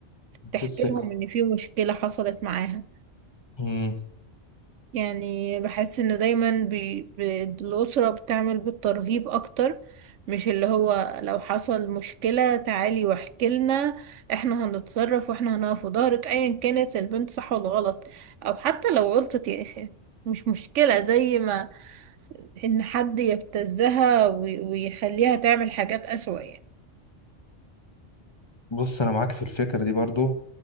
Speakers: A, on the right; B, on the left.
A: تحكي
B: في الثقه
A: لهم إن في مشكلة حصلت معاها
B: مم.
A: يعني بحس ان دايما بي... بي... الأسرة بتعمل بالترهيب اكتر مش اللي هو لو حصل مشكلة تعالي واحكي لنا احنا هنتصرف واحنا هنقف في ظهرك ايا كانت البنت صح ولا غلط او حتى لو غلطت يعني خ- مش مشكلة زي ما ان حد يبتزها وي... ويخليها تعمل حاجات اسوأ يعني
B: بص انا معاك في الفكره دي برضو